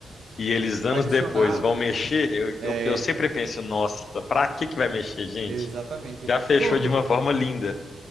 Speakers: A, on the left (about 55°); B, on the right (about 75°).
A: e eles anos
B: Pra adicionar,
A: depois vão mexer, eu,
B: é,
A: eu, eu sempre penso, nossa, pra que que vai mexer, gente?
B: exatamente.
A: Já fechou
B: Pronto,
A: de uma forma linda.